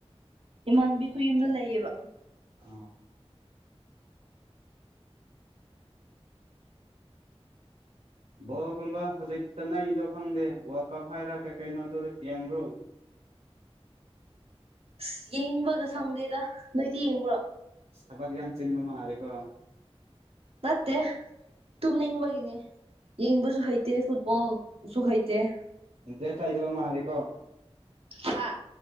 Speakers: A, on the right; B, on the right.
A: ꯏꯃꯥꯟꯕꯤ ꯈꯨ ꯌꯨꯝꯗ ꯂꯩꯌꯦꯕ
B: ꯑ ꯕꯣꯜꯒꯨꯝꯕ ꯍꯧꯖꯤꯛꯇ ꯅꯩꯗꯣ ꯈꯪꯗꯦ ꯋꯥꯔꯜ ꯀꯞ ꯍꯥꯏꯔ ꯀꯩ ꯀꯩꯅꯣꯗꯨ ꯌꯦꯡꯕ꯭ꯔꯣ
A: ꯑꯁ ꯌꯦꯡꯕꯒ ꯁꯪꯗꯦꯗ ꯅꯣꯏꯗꯤ ꯌꯦꯡꯕ꯭ꯔꯣ
B: ꯁꯕꯒꯤ ꯌꯥꯝ ꯆꯤꯟꯃ ꯃꯥꯔꯀꯣ
A: ꯅꯠꯇ ꯇꯨꯝꯅꯤꯡꯕꯒꯤꯅꯦ ꯌꯦꯡꯕꯁꯨ ꯍꯩꯇꯦ ꯐꯨꯠꯕꯣꯜꯁꯨ ꯍꯩꯇꯦ
B: ꯏꯟꯇ꯭ꯔꯦꯁ ꯂꯩꯗꯕ ꯃꯥꯜꯂꯦꯀꯣ
A: ꯍꯥ